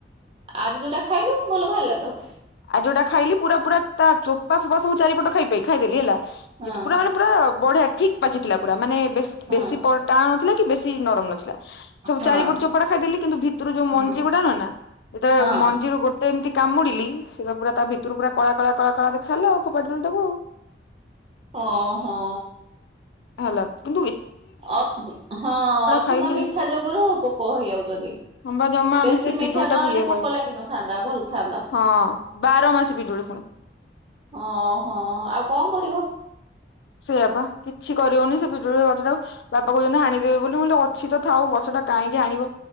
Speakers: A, on the right; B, on the left.
A: ଆଜି ଯୋଉଟା ଖାଇଲୁ ଭଲ ବାହାରିଲା ତ।
B: ଆ ଯୋଉଟା ଖାଇଲି ପୁରା ପୁରା ତା ଚୋପା ଫୋପା ସବୁ ଚାରିପଟ ଖାଇପି ଖାଇଦେଲି ହେଲା
A: ହଁ
B: ଯେ ପୁରା ମାନେ ପୁରା ବଢିଆ ଠିକ୍ ପାଚିଥିଲା ପୁରା ମାନେ ବେସ୍
A: ହଁ
B: ବେଶୀ ପ ଟାଣନଥିଲା କି ବେଶୀ ନରମ ନଥିଲା। ସବୁ
A: ହଁ
B: ଚାରିପଟ ଚୋପାଟା ଖାଇଦେଲି କିନ୍ତୁ ଭିତୁରୁ ଯୋଉ ମଞ୍ଜି
A: ହୁଁ।
B: ଗୁଡ଼ାକ ନା ଯେ
A: ହଁ
B: ମଞ୍ଜିରୁ ଗୋ ଟେ ଏମିତି କାମୁଡିଲି ସେଟା ପୁରା ତା ଭିତୁରୁ ପୁରା କଳା କଳା କଳା କଳା ଦେଖାଗଲା ଆଉ ଫୋପାଡି ଦେଲି ତାକୁ ଆଉ।
A: ଅ ହଁ।
B: ହେଲା କିନ୍ତୁ ଏ
A: ଅ ହଁ ଅଧିକ
B: ଖାଇଲି
A: ମିଠା ଯୋଗୁରୁ ପୋକ ହେଇଯାଉଛନ୍ତି।
B: ହଁ ବା ଜମା
A: ବେଶୀ
B: ଆମେ ସେ
A: ମିଠା
B: ପିଜୁଳି
A: ନହେଲେ
B: ଟାକୁ ଇଏ
A: ପୋକ
B: କରିବୁ
A: ଲାଗିନଥାନ୍ତା ଭଲଥାନ୍ତା।
B: ହଁ ବାର ମାସି ପିଜୁଳି ପୁଣି।
A: ଓହୋ ଆଉ କଣ କରିବ?
B: ସେଇଆ ପା କିଛି କରିଉନି ସେ ପିଜୁଳି ଗଛଟାକୁ ବାପା କହୁଛନ୍ତି ହାଣିଦେବେ ବୋଲି ମୁକଲି ଅଛି ତ ଥାଉ ଗଛଟା କାହିଁକି ହାଣିବ।